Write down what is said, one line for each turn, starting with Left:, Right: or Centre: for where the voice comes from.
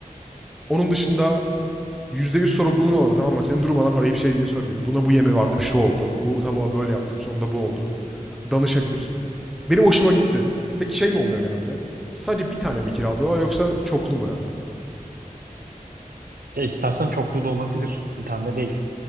Centre: Onun dışında %100 sorumluluğun olur tamam mı? Seni durmadan arayıp şey diye sorabilir. Buna bu yeme vardım şu oldu. Bu tavuğa böyle yaptım sonunda bu oldu. Danışabilir. Benim hoşuma gitti. Peki şey mi oluyor genelde? Sadece bir tane mi kiralıyorlar yoksa çoklu mu yani?
Right: Ya istersen çoklu da olabilir. Bir tane değil.